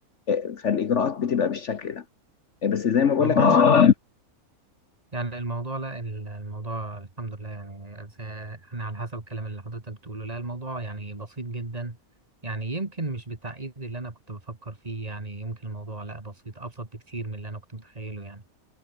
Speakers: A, on the left; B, on the right.
A: آه، فالإجراءات بتبقى بالشكل ده آه، بس زي ما بقول
B: والله
A: لك عشان
B: يعني الموضوع لا الموضوع الحمد لله يعني زي- يعني على حسب الكلام اللي حضرتك بتقوله لا الموضوع يعني بسيط جدا يعني يمكن مش بالتعقيد اللي أنا كنت بفكر فيه يعني يمكن الموضوع لا بسيط أبسط بكتير من اللي أنا كنت متخيله يعني